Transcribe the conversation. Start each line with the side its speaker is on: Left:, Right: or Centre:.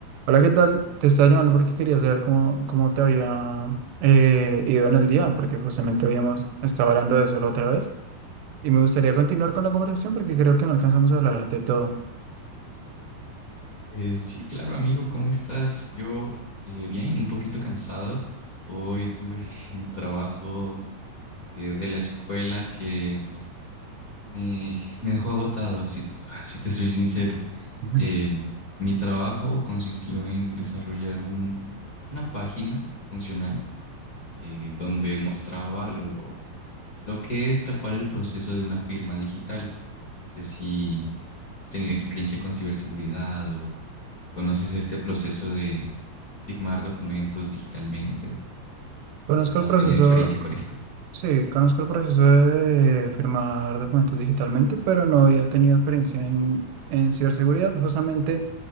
Right: Hola, ¿qué tal? Te estaba llamando porque quería saber cómo, cómo te había eh, ido en el día, porque justamente habíamos estado hablando de eso la otra vez y me gustaría continuar con la conversación porque creo que no alcanzamos a hablar de todo.
Left: Eh, sí, claro, amigo, ¿cómo estás? Yo eh, bien, un poquito cansado. Hoy tuve <laughs> un trabajo de, de la escuela que me, me dejó agotado, si te, <laughs> si te soy sincero.
Right: Ujú.
Left: Eh, mi trabajo consistió en desarrollar un, una página funcional eh, donde mostraba lo, lo que es tal cual el proceso de una firma digital. No sé si has tenido experiencia con ciberseguridad o conoces este proceso de firmar documentos digitalmente o
Right: Conozco
Left: has
Right: el proceso,
Left: tenido experiencia con esto.
Right: sí, conozco el proceso de firmar documentos digitalmente, pero no había tenido experiencia en, en ciberseguridad. Justamente